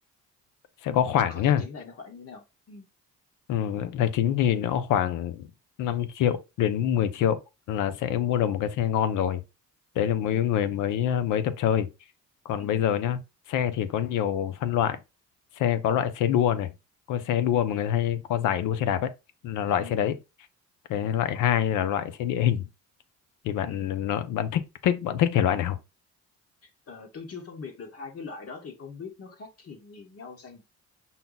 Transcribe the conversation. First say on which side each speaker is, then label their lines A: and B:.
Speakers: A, on the left; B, on the left.
A: sẽ
B: ừ,
A: có khoảng
B: ừ, có
A: nhá
B: tài chính này nó khoảng như thế nào? Ừ,
A: Ừ, tài chính thì nó khoảng 5 triệu đến 10 triệu là sẽ mua được một cái xe ngon rồi. Đấy là mấy
B: ừ,
A: người mới ờ, mới tập chơi. Còn
B: ừ,
A: bây giờ nhá, xe thì có nhiều phân loại. Xe có loại xe đua này, có xe đua
B: ừ,
A: mà người ta hay có giải đua xe đạp ấy là loại
B: ừ.
A: xe đấy. Cái loại hai là loại xe địa hình thì bạn
B: ừ.
A: nó, bạn thích thích bạn thích thể loại nào?
B: Ờ, tôi chưa phân biệt được hai cái loại đó thì không biết nó khác gì, gì nhau sang